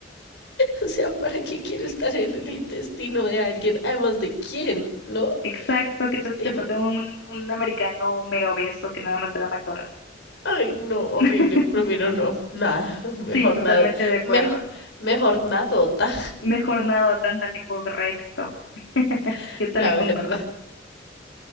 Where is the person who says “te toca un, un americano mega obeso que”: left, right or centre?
Left